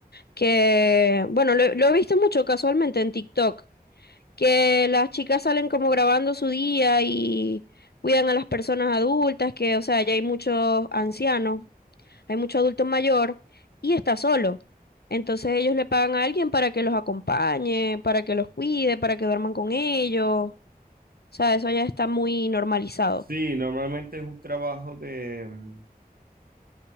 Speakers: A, on the left (about 80°); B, on the right (about 65°).
A: Que, bueno, lo, lo he visto mucho casualmente en TikTok, que las chicas salen como grabando su día y cuidan a las personas adultas, que, o sea, ya hay muchos ancianos hay mucho adulto mayor y está solo. Entonces ellos le pagan a alguien para que los acompañe, para que los cuide, para que duerman con ellos. O sea, eso ya está muy normalizado.
B: Sí, normalmente es un trabajo de, mm,